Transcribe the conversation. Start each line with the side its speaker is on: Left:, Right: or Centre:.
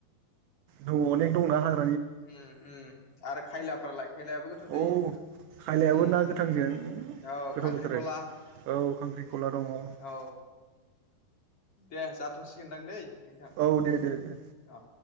Right: दङ अनेक दंना आरो
Left: उम उम आरो खायलाफ्रालाय खायलायाबो गोथाव जायो
Right: औ
Left: बे
Right: खायलायाबो
Left: उम
Right: ना गोथांजों
Left: औ
Right: गोथाव
Left: खांख्रिखला
Right: जाथारो औ खांख्रिखला दङ उम
Left: औ दे जाथ'सिगोनदां दै नोंथां
Right: औ दे दे दे
Left: अ